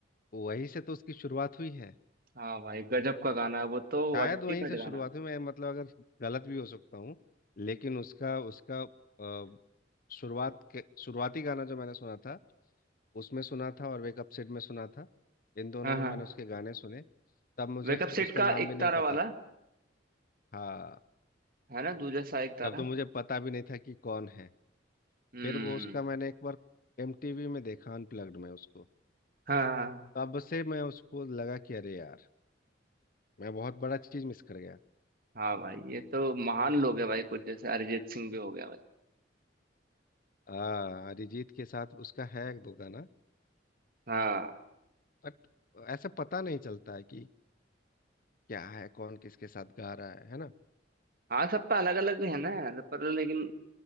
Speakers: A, on the left; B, on the right.
A: वहीं से तो उसकी शुरुआत हुई है
B: हाँ भाई गजब का गाना है वो तो
A: शायद
B: अल्टीमेट
A: वहीं से
B: गाना
A: शुरुआत हुई मैं मतलब अगर गलत भी हो सकता हूँ लेकिन उसका उसका अ, शुरुआत के शुरुआती गाना जो मैंने सुना था उसमें सुना था और वेक अप सिड में सुना था इन दोनों
B: हाँ
A: में
B: हाँ
A: मैंने उसके गाने सुने तब मुझे
B: वेकअप
A: इसका-
B: सेट
A: उसका
B: का
A: नाम
B: एक
A: भी नहीं
B: तारा
A: पता
B: वाला
A: था हाँ
B: है ना दूजा सा एक तारा
A: तब तो मुझे पता भी नहीं था कि कौन है
B: हम्म
A: फिर वो उसका मैंने एक बार एमटीवी में देखा अनप्लग्ड में उसको
B: हाँ हाँ
A: तब से मैं उसको लगा कि अरे यार मैं बहुत बड़ा चीज मिस कर गया
B: हाँ भाई ये तो महान लोग है भाई कुछ जैसे अरिजीत सिंह भी हो गया भाई
A: हाँ अरिजीत के साथ उसका है एक दो गाना
B: हाँ
A: बट ऐसे पता नहीं चलता है कि क्या है कौन किसके साथ गा रहा है है ना
B: हाँ सबका अलग अलग है ना पर लेकिन